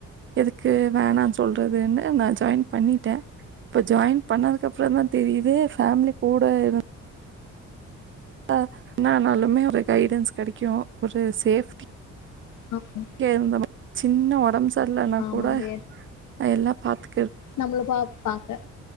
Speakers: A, on the right (about 40°); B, on the left (about 75°).
A: எதுக்கு வேணா சொல்றதுன்னு நா ஜாய்ன்ட் பண்ணிடே இப்ப ஜாய்ன் பண்ணதுக்கு அப்புறோ தா தெரியுது ஃபேமிலி கூட இருந் அ என்ன ஆனாலுமே ஒரு கைடன்ஸ் கெடைக்கூ ஒரு சேஃப்
B: பாப்போ
A: கே இருந்தம் சின்ன ஒடம் சரில்லன்னா
B: ஆமாங்க
A: கூட எல்லா பாத்து
B: நம்மள பாப் பாக்க